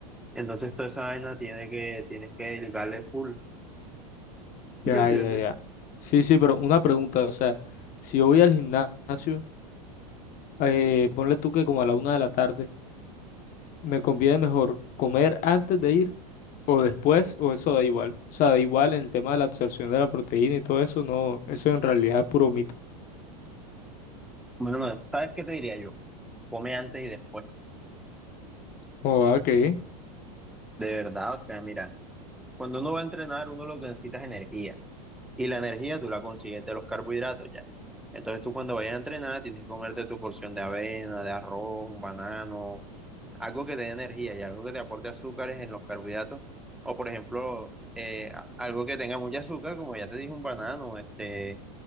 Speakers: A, in the centre; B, on the left.
A: Entonces toda esa vaina tiene que, tienes que dedicarle full. ¿Sí
B: Ya,
A: me entiendes?
B: ya, ya. Sí, sí, pero una pregunta, o sea, si yo voy al gimnasio, eh, ponle tú que como a la una de la tarde, ¿me conviene mejor comer antes de ir o después o eso da igual? O sea, da igual en el tema de la absorción de la proteína y todo eso, no, eso en realidad es puro mito.
A: Bueno, no ¿sabes qué te diría yo? Come antes y después.
B: Oh, ok.
A: De verdad, o sea, mira, cuando uno va a entrenar, uno lo que necesita es energía. Y la energía tú la consigues de los carbohidratos ya. Entonces tú cuando vayas a entrenar tienes que comerte tu porción de avena, de arroz, un banano, algo que te dé energía y algo que te aporte azúcares en los carbohidratos. O por ejemplo, eh, a- algo que tenga mucho azúcar, como ya te dije, un banano, este,